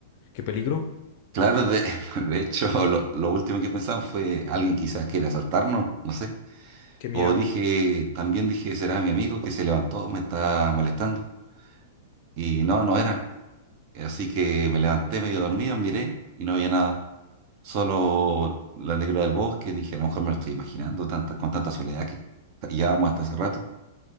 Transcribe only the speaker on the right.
Claro, de, <laughs> de hecho, lo, lo último que pensamos fue alguien quizás quiere asaltarnos, no sé.
O dije, también dije, será mi amigo que se levantó, me está molestando. Y no, no era. Así que me levanté medio dormido, miré y no había nada. Solo la negra del bosque. Dije, a lo mejor me lo estoy imaginando tanta, con tanta soledad que llevábamos hasta hace rato.